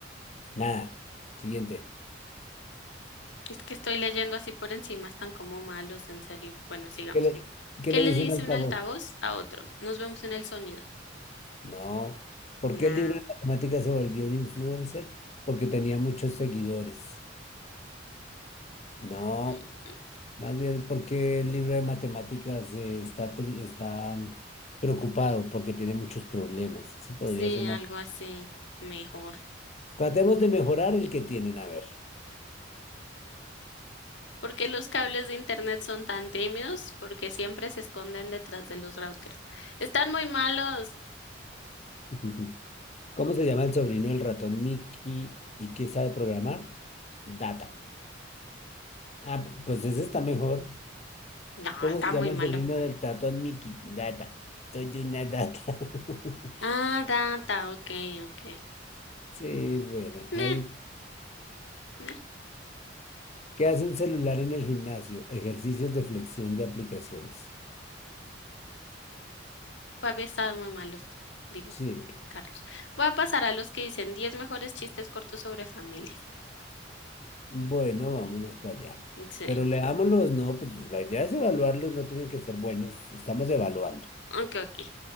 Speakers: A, on the left; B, on the left.
A: Nada. Siguiente.
B: Es que estoy leyendo así por encima, están como malos, en serio. Bueno, sigamos.
A: ¿Qué le, qué
B: ¿Qué
A: le
B: le
A: dice
B: dice
A: un altavoz?
B: un altavoz a otro? Nos vemos en el sonido.
A: No. ¿Por
B: Nah.
A: qué el libro de matemáticas se volvió un influencer? Porque tenía muchos seguidores. No.
B: Mm,
A: Más bien porque el libro de matemáticas eh, está, tri- está mm, preocupado porque tiene muchos problemas. Eso podría
B: Sí,
A: ser
B: algo
A: más.
B: así. Mejor.
A: Tratemos de mejorar el que tienen, a ver.
B: ¿Por qué los cables de internet son tan tímidos? Porque siempre se esconden detrás de los routers. Están muy malos.
A: <laughs> ¿Cómo se llama el sobrino del ratón Mickey y qué sabe programar? Data. Ah, pues ese está mejor.
B: No,
A: ¿Cómo
B: está
A: se llama
B: muy malo.
A: el sobrino del tatón Mickey? Data. Soy una data. <laughs>
B: Ah, data, ok, ok.
A: Sí, bueno,
B: Nah,
A: ahí.
B: nah,
A: ¿Qué hace un celular en el gimnasio? Ejercicios de flexión de aplicaciones.
B: todavía están muy malos. digo.
A: Sí.
B: Carlos. Voy a pasar a los que dicen 10 mejores chistes cortos sobre familias.
A: Bueno, vámonos para allá.
B: Sí,
A: Pero leámoslos, no, pues la idea es evaluarlos, no tienen que ser buenos. Estamos evaluando.
B: ok, ok.